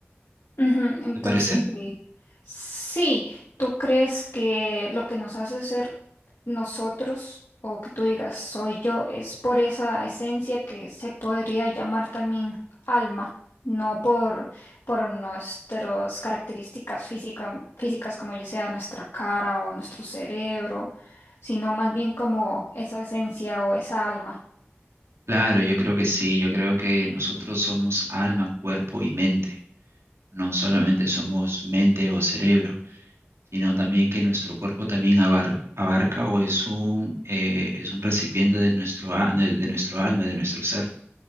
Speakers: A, on the left (about 75°); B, on the right (about 75°).
A: Ujú, Entonces,
B: ¿te parece?
A: sí, sí, tú crees que lo que nos hace ser nosotros o que tú digas soy yo es por esa esencia que se podría llamar también alma, no por, por nuestras características física- físicas como ya sea nuestra cara o nuestro cerebro, sino más bien como esa esencia o esa alma.
B: Claro, yo creo que sí, yo creo que nosotros somos alma, cuerpo y mente. No solamente somos mente o cerebro, sino también que nuestro cuerpo también abar- abarca o es un, eh, es un recipiente de nuestro, a- de de nuestro alma, de nuestro ser.